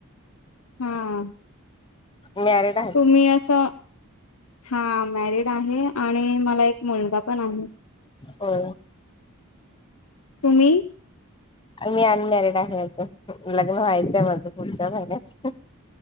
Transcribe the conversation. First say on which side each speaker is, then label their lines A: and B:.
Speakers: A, on the left (about 70°); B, on the left (about 20°).
A: हा
B: मॅरेड
A: तुम्ही असं हा मॅरिड आहे आणि मला एक मुलगा पण आहे.
B: होय.
A: तुम्ही?
B: मी अनमॅरिड आहे अजून लग्न व्हायचंय माझं पुढच्या महिन्यात.